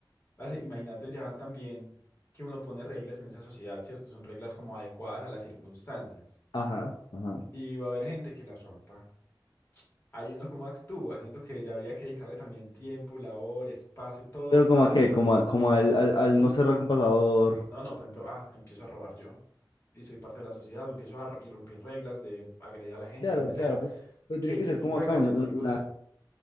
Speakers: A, on the left (about 30°); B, on the left (about 70°).
A: parce, imagínate ya también que uno pone reglas en esa sociedad, ¿cierto? Son reglas como adecuadas a las circunstancias
B: Ajá, ajá.
A: y va a haber gente que las rompa. Ahí uno como actúa, siento que ya habría que dedicarle también tiempo, labor, espacio, todo
B: Pero como
A: a
B: a qué, como, a- como al, al, al
A: hurto.
B: no cerrar con pasador.
A: No, no, por ejemplo, ah, empiezo a robar yo y soy parte de la sociedad, o empiezo a r- y romper reglas de agredir a la gente,
B: Claro,
A: lo que sea.
B: claro, pues, pero
A: ¿Qué,
B: tiene que
A: qué
B: ser
A: tipo
B: como acá
A: de castigos?
B: una, una- una-